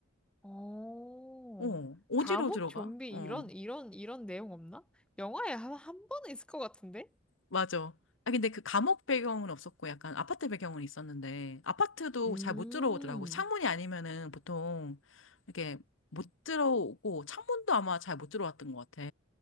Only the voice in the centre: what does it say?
어,
감옥
좀비
이런 이런 이런 내용 없나? 영화에 한, 한 번은 있을 것 같은데?
음,